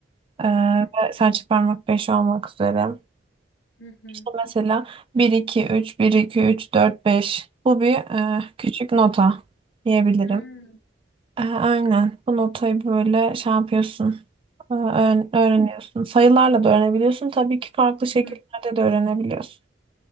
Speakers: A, on the right; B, on the left.
A: e,
B: hı hı,
A: ve serçe parmak 5 olmak üzere.
B: hı hı,
A: İşte mesela bir iki üç bir iki üç dört beş. Bu bir e, küçük nota diyebilirim.
B: hı hı,
A: E, Aynen. Bu notayı böyle şey yapıyorsun. e, öğren- Öğreniyorsun. Sayılarla da öğrenebiliyorsun. Tabii ki farklı şekillerde
B: hı hı,
A: de öğrenebiliyorsun.